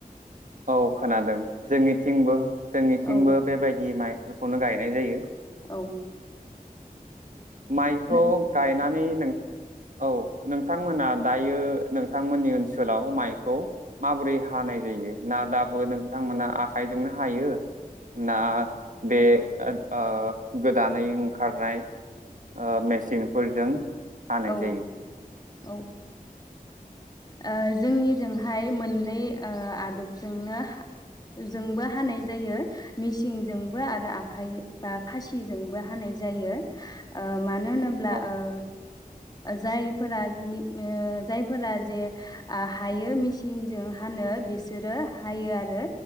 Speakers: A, on the right; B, on the left.
A: औ खोनादों जोंनि थिंबो जोंनिथिंबो
B: औ
A: बेबायदि माइ बेफोरखौनो गायनाय जायो।
B: औ
A: माइखौ
B: नो
A: गायनानै औ नोंथांमोना दायो नोंथांमोननि ओनसोलाव माइखौ माबोरै हानाय जायो? ना दाबो नोंथांमोना आखाइजोंनो हायो ना बे ओ गोदानै ओंखारनाय ओ मेसिनफोरजों हानाय
B: औ
A: जायो।
B: औ ओ जोंनिजोंहाय मोननै ओ आदबजोंनो हा जोंबो हानाय जायो मिसिंजोंबो आरो आखाइ बा खासिजोंबो हानाय जायो ओ मानो मानो होनोब्ला
A: औ
B: ओ जाय फोरा <unintelligible> जाय फोरा जे ओ हायो मेसिनजों हानो बिसोरो हायो आरो